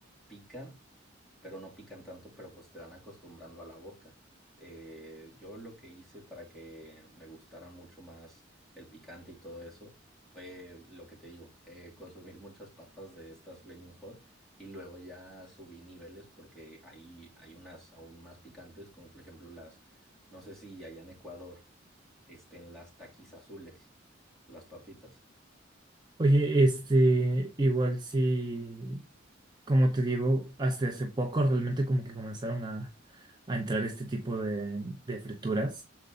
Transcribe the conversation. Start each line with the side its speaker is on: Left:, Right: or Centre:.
Centre: pican, pero no pican tanto, pero pues te van acostumbrando a la boca. Eh, yo lo que hice para que me gustara mucho más el picante y todo eso fue lo que te digo, eh, consumir muchas papas de estas Flaming Hot y luego ya subí niveles porque ahí hay unas aún más picantes, como por ejemplo las, no sé si allá en Ecuador estén las taquis azules, las papitas.
Right: Oye, este, igual sí. Como te digo, hasta hace poco realmente como que comenzaron a, a entrar este tipo de, de frituras.